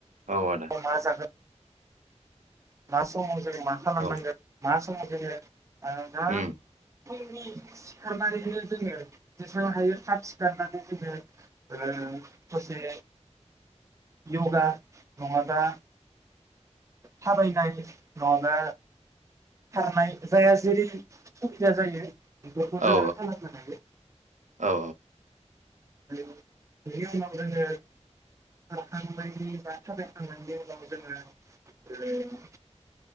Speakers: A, on the right; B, on the right.
A: औ आदा
B: मा जागोन मा समाव जों मा खालामनांगोन
A: औ
B: मा समाव जोङो आदा
A: उम
B: फुंनि सिखारनानैनो जोङो जेसेबां हायो थाब सिखारनानै जोङो ओ ससे यगा नङाबा थाबायनाय नङाबा खारनाय जाया जेरै सुबिदा जायो बेफोरखौ जों
A: औ
B: खालामनो हायो
A: औ
B: बिनि उनाव जोङो खारखांनायनि बा थाबायखांनायनि उनाव जोङो ओ